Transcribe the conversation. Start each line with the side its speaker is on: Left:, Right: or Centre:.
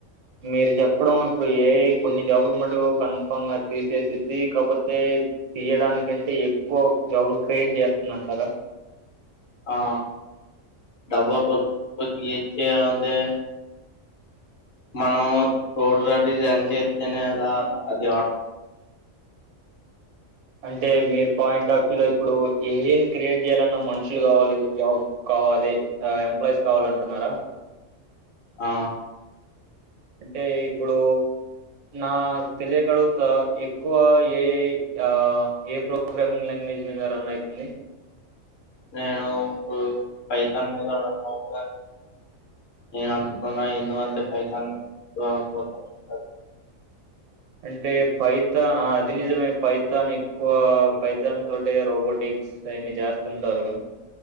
Right: మీరు చెప్పడం ఇప్పుడు ఏఐ కొన్ని జాబులు మటుకు కన్ఫామ్ గా తీసేసింది కాపోతే తీయడానికంటే ఎక్కువ జాబులు క్రియేట్ చేస్తుంది అంటారా
Left: ఆ డబ్బాచ్చంటే మనం చోడటి రన్ చేస్తేనేదా అది ఆట
Right: అంటే మీరు పాయింట్ ఆఫ్ వ్యూ లో ఇప్పుడు ఏం క్రియేట్ చేయ్యాలన్నా మనుషులు కావాలి జాబ్ కావాల అదే ఎంప్లాయీస్ కావాలంటున్నారా
Left: ఆ
Right: అంటే ఇప్పుడు నాకు తెలియకడుగుత ఎక్కువ ఏఐ ఆ ఏ ప్రోగ్రామింగ్ లాంగ్వేజ్ మీద రన్ అయితుంది
Left: నేను ఇప్పుడు పైతాన్ మీద రన్ అవుత నేను అనుకుంటన్నా ఎందో అంత పైతాన్ ఇగ పోంట ఉంటది
Right: అంటే పైతా అది నిజమే పైతాన్ ఎక్కువ పైతాన్ తోటే రోబోటిక్స్ అయన్ని చేస్తుంటారు